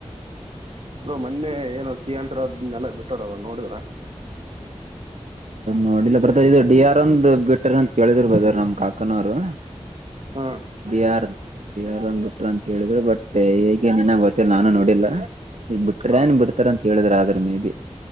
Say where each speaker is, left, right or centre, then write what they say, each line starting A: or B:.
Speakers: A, on the right; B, on the right.
A: ನ ಮೊನ್ನೆ ಏನೋ ಕ್ಕಿ ಅ ಆನ್ಸರ್ಸ್ ಎಲ್ಲ ಬಿಟ್ಟೋರ ಅಲ್ಲ ನೋಡಿದ್ರ.
B: ನೋಡಿಲ್ಲ ಬ್ರದರ ಇದು ಡಿ ಆರ್ ಒಂದ್ ಬಿಟ್ಟ್ರ ಅಂತ ಕೇಳಿದ್ರು ಬದ ನಮ್ ಕಾಕನವರು
A: ಹಾ
B: ಡಿ ಆರ್ ಡಿ ಆರ್ ಒಂದ್ ಬಿಟ್ರ ಅಂತ ಹೇಳಿದ್ರು ಬಟ್ ಹೇಗೆ ನಿನ್ನಂಗ ಗೊತ್ತಿಲ್ಲ ನಾನು ನೋಡಿಲ್ಲ. ಬಿ ಟ್ರೇನ್
A: ಹಾ
B: ಬಿಡ್ತಾರ ಅಂತ ಹೇಳಿದ್ರ. ಅಂದ್ರ ಮೇಬಿ.